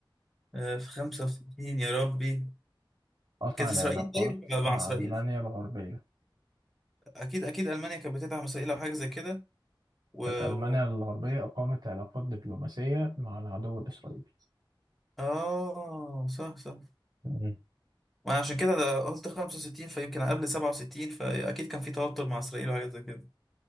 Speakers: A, in the centre; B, on the right (about 50°).
A: آه... في 65 يا ربي
B: وقطع
A: كانت
B: العلاقات
A: اسرائيل طيب مع
B: مع
A: اسرائيل
B: ألمانيا الغربية
A: اكيد اكيد المانيا كانت بتدعم اسرائيل او حاجه زي كده و...
B: كانت ألمانيا
A: و...
B: الغربية أقامت علاقات دبلوماسية مع العدو الإسرائيلي
A: اه صح صح
B: مم.
A: ما عشان كده ده قلت 65 فيمكن قبل 67 فاكيد كان في توتر مع اسرائيل وحاجه زي كده